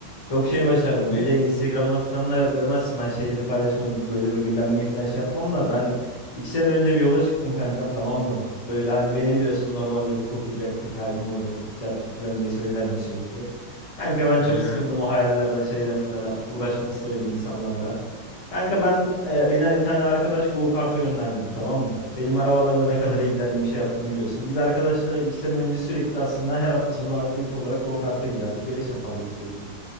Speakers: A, on the left; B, on the left.
A: çok şey başardım.
B: Ne?
A: Öyle Instagram'dan falan da görmezsin ben şeyleri paylaşma böyle böbürlenmeyi falan şey yapmam da ben iki sene önce bir yola çıktım kankam tamam mı? Böyle hani beni biliyorsun normalde hukuk okuyacaktık, hakim olacaktık, çarçut falan diye söylerdim sürekli. Kanka ben çok
B: Ee,
A: sıkıldım o hayallerden şeyden falan artık uğraşmak istemedim insanlarla. Kanka ben e, beni bir tane arkadaş go kart'a yönlendirdi tamam mı? Benim arabalarla ne
B: hı,
A: kadar ilgilendiğimi şey yaptım biliyorsun. Biz arkadaşlar iki sene önce sürekli aslında her hafta sonu aktivite olarak go kart'a giderdik. Yarış yapardık sürekli.